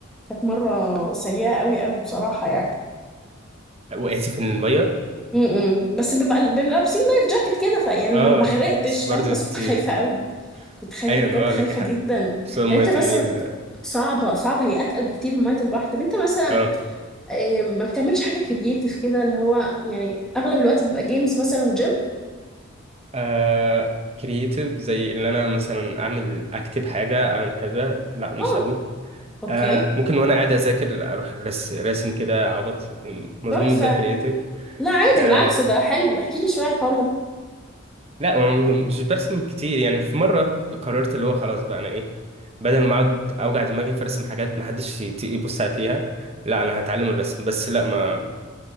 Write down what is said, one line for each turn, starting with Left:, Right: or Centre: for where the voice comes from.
Centre: كانت مره سيئه قوي قوي بصراحه يعني
Right: وقعتي في المية
Centre: امم بس بيبقى بنبقى لابسين لايف جاكيت كده فيعني
Right: اه
Centre: ما ما غرقتش
Right: بس
Centre: فاهم
Right: برضه
Centre: بس
Right: انت
Centre: كنت خايفه قوي
Right: <laughs>
Centre: كنت خايفه
Right: ايوه
Centre: بجد خايفه
Right: اه لك حق
Centre: جدا
Right: خصوصا مية
Centre: طب انت مثلا
Right: النيل
Centre: صعبه صعبه هي اتقل بكتير من ميه البحر طب انت مثلا
Right: اه
Centre: آه، ما بتعملش حاجه كرييتيف كده اللي هو يعني اغلب الوقت بيبقى جيمز مثلا وجيم
Right: آه كرييتيف زي اللي انا مثلا اعمل اكتب حاجه اعمل كذا لا مش
Centre: اه
Right: قوي
Centre: اوكي
Right: آه ممكن وانا قاعد اذاكر اروح رس- راسم كده عبط م- ما اظنش
Centre: تحفه
Right: ده كرييتيف
Centre: لا عادي
Right: آه
Centre: بالعكس ده حلو احكي لي شويه عن الحوار ده
Right: لا هو م- مش برسم كتير يعني في مره قررت اللي هو خلاص بقى انا ايه بدل ما اقعد اوجع دماغي في ارسم حاجات ما حدش يت- يبص عليها لا انا هتعلم الرسم بس لا ما